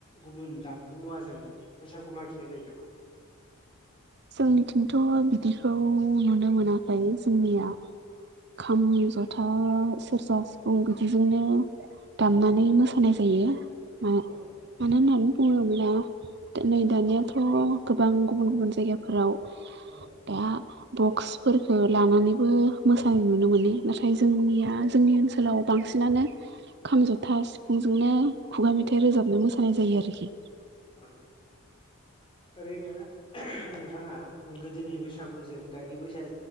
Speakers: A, on the left; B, on the right.
A: गुबुन दामगु मुवाजों बैसागुुमा गिनाय जायो नामा?
B: जोंनिथिंथ' बिदिखौ नुनो मोनाखै जोंनिया खाम जथा सेरजा सिफुं बिदिजोंनो दामनानै मोसानाय जायो। मानो
A: औ
B: होननानै बुङोब्ला नै दानियाथ' गोबां गुबुन गुबुन जायगायाव फोराव
A: औ
B: दा बक्सफोरफोरखौ लानानैबो मोसानाय नुनो मोनो नाथाय जोंनिया जोंनि ओनसोलाव बांसिनानो खाम जथा सिफुंजोंनो खुगा मेथाइ रोजाबनो मोसानाय जायो आरोखि।
A: अ ओरैनो नोंथाङा गोदोनि बैसागुजों दानिनि बैसा